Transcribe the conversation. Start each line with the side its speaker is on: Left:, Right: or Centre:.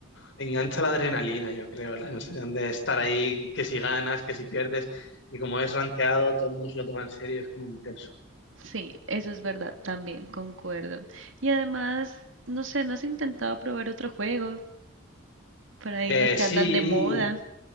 Left: Engancha la adrenalina, yo creo, la sensación de estar ahí, que si ganas, que si pierdes, y como es rankeado, todo el mundo se lo toma en serio, es como intenso.
Right: Sí, eso es verdad, también concuerdo. Y además, no sé, ¿no has intentado probar otro juego? Por ahí
Left: Eh,
Right: los que
Left: sí,
Right: andan de moda.